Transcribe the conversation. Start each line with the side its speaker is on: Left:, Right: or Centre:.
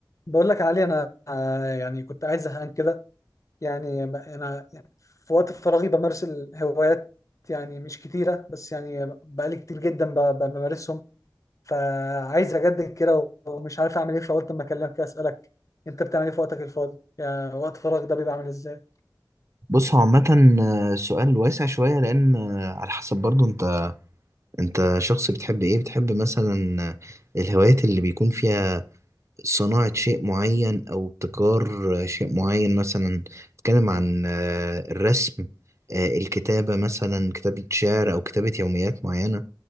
Left: بقول لك يا علي انا آه، يعني كنت قاعد زهقان كده يعني ب- انا في وقت فراغي بمارس الهوايات يعني مش كتيره بس يعني بقالي كتير جدا ب- ب- بمارسهم فعايز اجدد كده ومش عارف اعمل ايه فقلت اما اكلمك كده اسالك انت بتعمل ايه في وقتك الفاضي يعني وقت فراغ ده بيبقى عامل ازاي
Right: بص هو عامة آه، سؤال واسع شوية لأن آه، على حسب برضو أنت أنت شخص بتحب إيه بتحب مثلا آه، الهوايات اللي بيكون فيها صناعة شيء معين أو ابتكار آه، شيء معين مثلا بتتكلم عن آه، الرسم آه، الكتابة مثلا كتابة شعر أو كتابة يوميات معينة